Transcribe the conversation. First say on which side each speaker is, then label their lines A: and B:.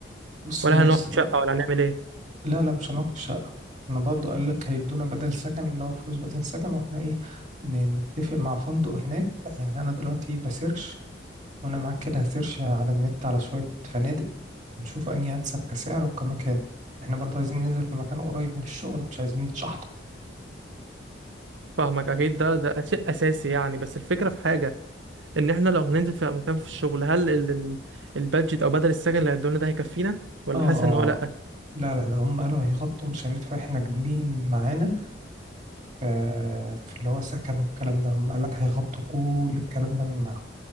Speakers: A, on the right; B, on the right.
A: بص
B: ولا
A: انا لسه
B: هنقعد
A: بقى
B: شقة ولا هنعمل ايه
A: لا لا مش هنقعد في الشقة انا برضه قال لك هيدونا بدل سكن اللي هو فلوس بدل سكن واحنا ايه ن- نتفق مع فندق هناك يعني انا دلوقتي بسيرش وانا معاك كده هسيرش على النت على شوية فنادق نشوف أنهي أنسب كسعر وكمكان إحنا برضه عايزين ننزل في مكان قريب من الشغل مش عايزين نتشحطط
B: فاهمك اكيد ده ده شيء اساسي يعني بس الفكرة في حاجة ان احنا لو هننزل في مكان في الشغل هل ال- ال- البادجت او بدل السكن اللي هيدولنا ده هيكفينا ولا
A: آه
B: حاسس
A: آه
B: ان هو لا
A: لا لا لا هم قالوا هيغطوا مش هندفع إحنا جنيه معانا ف- في اللي هو سكن والكلام ده هم قالك هيغطوا كل الكلام ده من معاهم